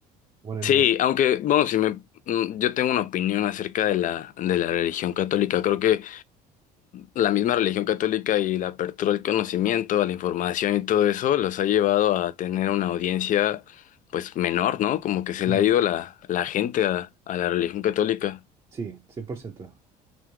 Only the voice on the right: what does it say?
bueno,
el mundo.
Mm,
Sí, 100%.